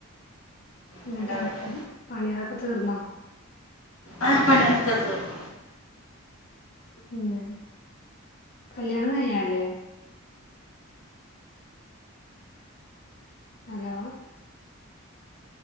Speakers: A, on the left (about 45°); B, on the left (about 70°).
A: എന്നിട്ട്
B: ഇങ്ങളെവിടെ
A: പണിയളൊക്കെ തീർന്നോ
B: ആ പണികളൊക്കെ തീർന്നു
A: ഉം കല്യാണം കഴിഞ്ഞതല്ലേ ഹലോ